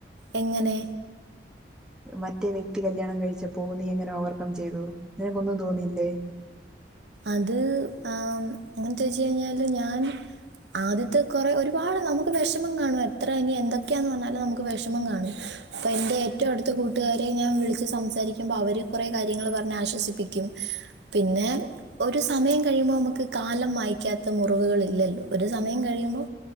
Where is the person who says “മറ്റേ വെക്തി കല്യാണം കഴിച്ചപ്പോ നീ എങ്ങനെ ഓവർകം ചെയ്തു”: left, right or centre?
Centre